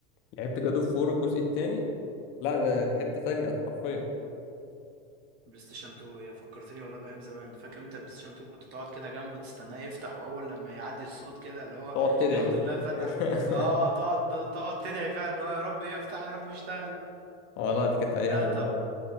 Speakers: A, on the left (about 40°); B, on the right (about 80°).
A: لعبت جاد اوف وور الجزء التاني لا ده دي حته تانيه حرفيا
B: بلاي ستيشن 2 يا فكرتني والله بايام زمان فاكر انت بلاي ستيشن 2 كنت تقعد كده جنبه تستناه يفتح واول لما يعدي الصوت كده اللي هو
A: تقعد تدعي
B: الحمد
A: الله
B: لله فتح
A: <laughs>
B: اه تقعد تقعد تدعي فيها ان هو يا رب يفتح يا رب يشتغل
A: اه لا دي كانت ايام
B: ده
A: والله